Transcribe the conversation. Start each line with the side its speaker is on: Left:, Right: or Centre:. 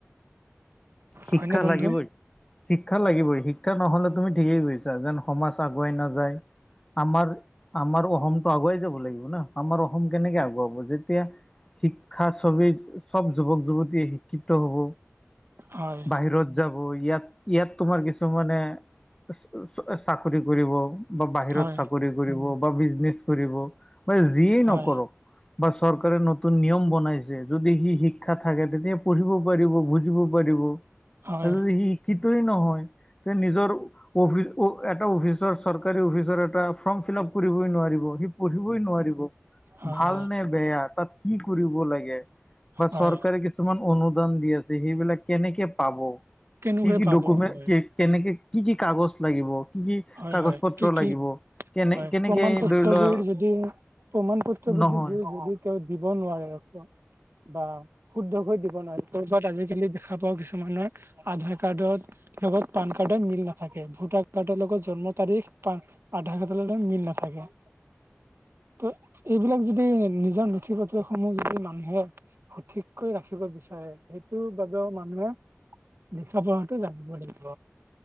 Left: শিক্ষা
Right: হয়নে বন্ধু
Left: লাগিবই, শিক্ষা লাগিবই শিক শিক্ষা নহলে তুমি ঠিকেই কৈছা যেন সমাজ আগুৱাই নাযায়। আমাৰ, আমাৰ অসমটো আগুৱাই যাব লাগিব না, আমাৰ অসম কেনেকে আগুৱাব যেতিয়া শিক্ষা ছবেই, চব যুৱক-যুৱতীয়ে শিক্ষিত হ'ব।
Right: হয়।
Left: বাহিৰত যাব ইয়াত, ইয়াত তোমাৰ কিছুমানে চা চাকৰি কৰিব। বা বাহিৰত
Right: হয়
Left: চাকৰি কৰিব বা বিজনেচ কৰিব, বা যিয়ে
Right: হয়
Left: নকৰক। বা চৰকাৰে নতুন নিয়ম বনাইছে যদি সি শিক্ষা থাকে তেতিয়া পঢ়িব পাৰিব বুজিব পাৰিব।
Right: হয়
Left: আৰু যদি সি শিক্ষিতই নহয় ত' নিজৰ অ অফি অ এটা অফিচৰ চৰকাৰী অফিচৰ এটা ফৰ্ম ফিলাপ কৰিবই নোৱা ৰিব সি পঢ়িবই নোৱাৰিব
Right: হয়
Left: ভাল
Right: হয়
Left: নে বেয়া তাত কি কৰিব লাগে, বা
Right: হয়
Left: চৰকাৰে কি ছুমান অনুদান দি আছে সেইবিলাক কেনেকে পাব,
Right: কেনেকৈ
Left: কি কি
Right: পাব
Left: ডকুমেণ্ট
Right: হয়
Left: কে কেনেকে কি কি কাগজ লাগিব। কি
Right: হয়
Left: কাগজ
Right: হয়
Left: পত্ৰ
Right: কি কি
Left: লাগিব, কেনে
Right: হয়
Left: কেনেকে
Right: প্ৰমাণ পত্ৰবোৰ
Left: ধৰি লোৱা
Right: যদি প্ৰমাণ পত্ৰবোৰ
Left: নহয়
Right: <unintelligible> যদি তেওঁ দিব নোৱাৰে, বা শুদ্ধকৈ দিব নোৱাৰে, ক'বাত আজিকালি দেখা পাও কিছুমানৰ আধাৰ কাৰ্ডৰ লগত পান কাৰ্ডৰ মিল নাথাকে, ভোটাৰ কাৰ্ডৰ লগত জন্ম তাৰিখ বা আধাৰ কাৰ্ডৰ লগত মিল নথাকে। ত এইবিলাক যদি নিজৰ নথি-পত্ৰ সমূহ যদি মানুহে সঠিককৈ ৰাখিব বিচাৰে, সেইটোৰ বাবেও মানুহে লিখা পঢ়াটো জানিব লাগিব।